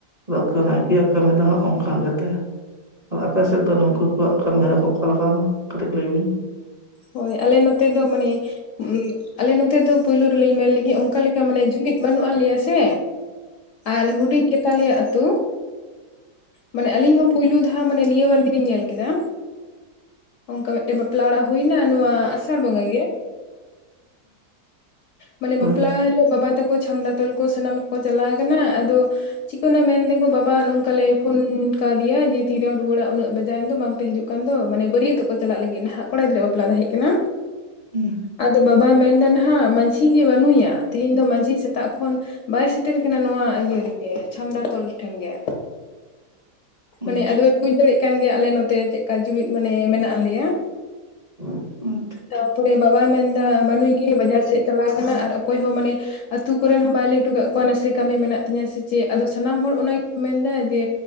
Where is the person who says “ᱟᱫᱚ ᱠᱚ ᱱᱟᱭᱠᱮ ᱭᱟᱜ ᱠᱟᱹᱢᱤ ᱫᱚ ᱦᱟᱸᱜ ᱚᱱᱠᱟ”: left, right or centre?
Right